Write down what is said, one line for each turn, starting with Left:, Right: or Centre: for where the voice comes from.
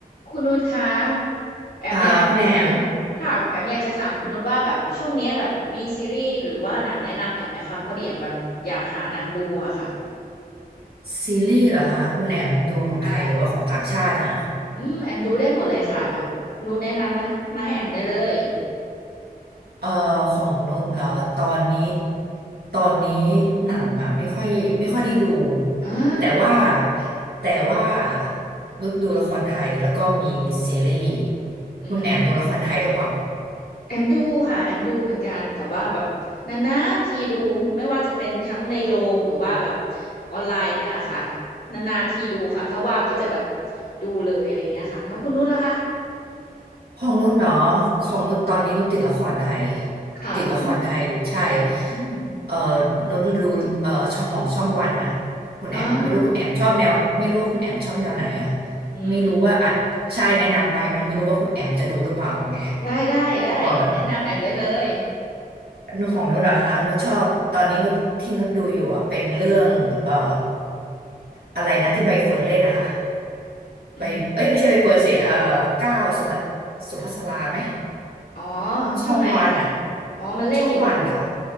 Left: คุณนุชคะแอมอยากจะถามคณค่ะแอมอยากจะถามคุณนุชว่าแบบช่วงเนี้ยแบบมีซีรีส์หรือว่าหนังแนะนำแอมไหมคะพอดีแอมแบบอยากหาหนังดูอะค่ะ
Right: ค่ะคุณแอมซีรีส์เหรอคะคุณแอมดูของไทยหรือว่าของต่างชาติอ่ะ
Left: ใช่อืมแอมดูได้หมดเลยค่ะแบบนุชแนะนำมามาให้แอมได้เลย
Right: เอ่อของนุชเหรอตอนนี้ตอนนี้หนังอ่ะไม่ค่อยไม่ค่อยได้ดู
Left: อ่า
Right: แต่ว่าแต่ว่านุชดูละครไทยแล้วก็มีซีรีส์
Left: อืม
Right: คุณแอมดูละครไทยหรือเปล่า
Left: แอมดูค่ะแอมดูเหมือนกันแต่ว่าแบบนานๆทีดูไม่ว่าจะเป็นทั้งในโรงหรือว่าแบบออนไลน์อย่างเงี้ยค่ะนานๆทีดูค่ะถ้าว่างก็จะแบบดูเลยอะไรอย่างเงี้ยค่ะแล้วคุณนุชล่ะคะ
Right: ของนุชเนาะของนุชตอนนี้นุชติดละครไทย
Left: ค่ะเรื่อง
Right: ติดละครไทยใช่
Left: อืม
Right: เอ่อนุชรู้เอ่อช่องของช่องวันอะคุณแอมไม่รู้คุณแอมชอบแนวไม่รู้ว่าคุณแอมชอบแนวไหนอะ
Left: อ่าอืมอืม
Right: ไม่รู้ว่าอ่ะใช่แนะนำไปนุชไม่รู้ว่าคุณแอมจะดูหรือเปล่าไง
Left: ได้ได้ได้แนะนำแอมได้เลย
Right: ว่าแบบนุชของนุชเหรอฮะนุชชอบตอนนี้นุชที่นุชดูอยู่อะเป็นเรื่องเอ่ออะไรนะที่ใบเฟิร์นเล่นนะคะ
Left: อืม
Right: ใบเอ้ยไม่ใช่ใบเฟิร์นสิเอ่อก้าวสุภัสสุภัสราไหม
Left: อ๋อ
Right: ช่องวันอะ
Left: ช่องไหนอะคะอ๋อมันเล่นอยู่เหรอคะ
Right: ช่องวันค่ะ